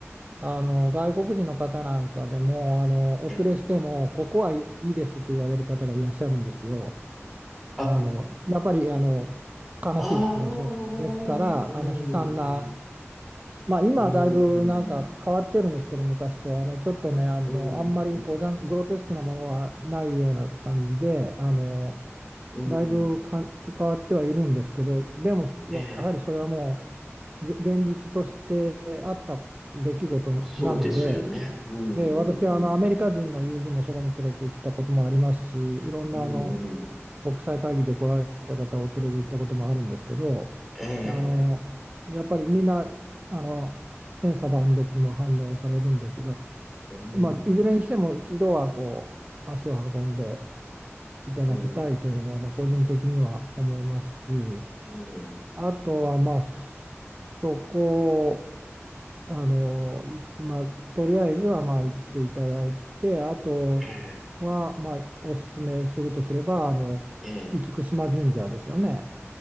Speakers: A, on the right; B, in the centre.
A: あの外国人の方なんかでもあのお連れしてもここはいいですって言われる方がいらっしゃるんですよ。
B: えー、あ、
A: あのやっぱりあの悲しい場所ですからあの悲惨な
B: ああ、うん、うん、
A: まあ、今はだいぶなんか変わってるんですけど、
B: うん、
A: 昔と、あのちょっとね、あの、
B: うん、
A: あんまりこうざんグロテスクなものはないような感じで、あの
B: うん。
A: だいぶかん変わってはいるんですけど、でもややはりそれはも
B: ええ
A: う、じ現実としてあった出来事なので、
B: そうですよね。うん、
A: ええ私はあのアメリカ人の友人もそこに連れて行ったこともありますし、
B: うん、うん、うん。
A: いろんなあの
B: うん、うん。
A: 国際会議で来られた方を連れて行ったこともあるんですけど、
B: ええ、
A: あのやっぱりみんなあの千差万別の反応をされるんですが、
B: うん、
A: まあ、いずれにしても一度はこう足を運んでいただきたいというのはまあ個人的には思いますし、
B: うん、うん。
A: あとはまあそこあの、い、まあ、とりあえずはまあ行っていただいて、あとはまあおすすめするとすれば、
B: ええ、
A: あの、
B: ええ。
A: 厳島神社ですよね。